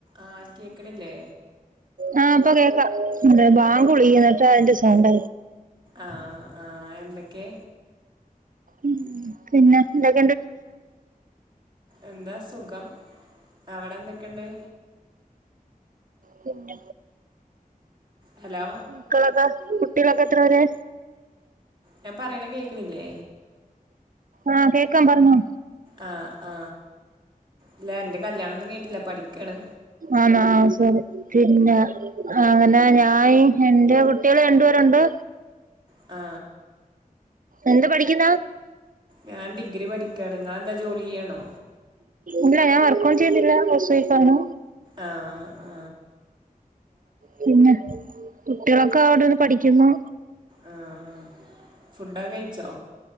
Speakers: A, on the right; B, on the right.
A: ആ കേക്കണില്ലേ
B: ആ ഇപ്പൊ കേക്കാ എ ബാങ്ക് വിളിക്കുന്നട്ടോ അതിന്റെ സൗണ്ട്
A: ആ ആ എന്തൊക്കെ
B: ഉം പിന്നെ എ
A: എന്താ സുഖം അവിടെ എന്തൊക്കെയുണ്ട്
B: പിന്ന
A: ഹലോ
B: മക്കളൊക്ക കുട്ടികളൊക്കെ എത്ര പേര്
A: ഞാൻ പറയണ കേക്കണില്ലേ
B: ആ കേക്കാം പറഞ്ഞോ
A: ആ ആ ഇല്ല എന്റെ കല്യാണൊന്നും കഴിഞ്ഞിട്ടില്ല പഠിക്കയാണ്
B: ആണോ സോറി പിന്നെ അങ്ങനെ ഞാൻ എന്റെ കുട്ടികൾ രണ്ടുപേരുണ്ട്
A: ആ
B: എന്ത് പഠിക്കുന്നാ
A: ഞാൻ ഡിഗ്രി പഠിക്കാണ് ങ്ങള് എന്താ ജോലിയ്യാണോ
B: ഇല്ല ഞാൻ വർക്കോന്നും ചെയ്യ്ന്നില്ല ഹൗസ് വൈഫാണ്
A: ആ ആ
B: പിന്നെ കുട്ടിആളൊക്കെ അവിടെര്ന്ന് പഠിക്കുന്നു
A: അ ആ ഫുഡോക്കെ കഴിച്ചോ